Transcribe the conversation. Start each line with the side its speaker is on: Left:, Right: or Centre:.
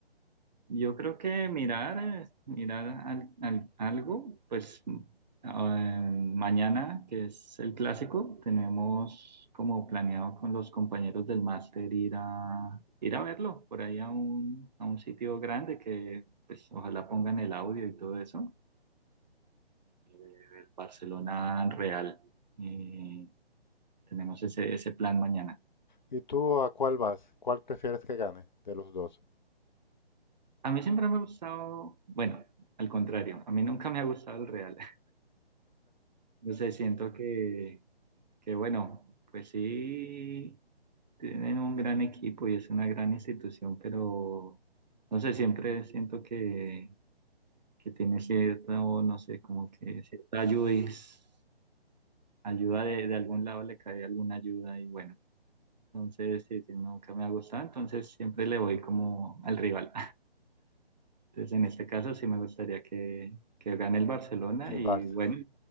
Right: yo creo que mirar, eh, mirar al- al- algo, pues mm, ah, mañana, que es el clásico, tenemos como planeado con los compañeros del máster ir a, ir a verlo por ahí a un, a un sitio grande que pues ojalá pongan el audio y todo eso. eh, El Barcelona Real. Y tenemos ese, ese plan mañana.
Left: ¿Y tú a cuál vas? ¿Cuál prefieres que gane de los dos?
Right: A mí siempre me ha gustado, bueno, al contrario, a mí nunca me ha gustado el real. <laughs> No sé, siento que, que bueno, pues sí, tienen un gran equipo y es una gran institución, pero no sé, siempre siento que, que tiene cierto, no sé, como que cierta ayuda, es- ayuda de, de algún lado le cae alguna ayuda y bueno, entonces sí, sí, nunca me ha gustado, entonces siempre le voy como al rival. Entonces, en este caso sí me gustaría que, que gane el Barcelona
Left: El
Right: y
Left: Barça.
Right: bueno,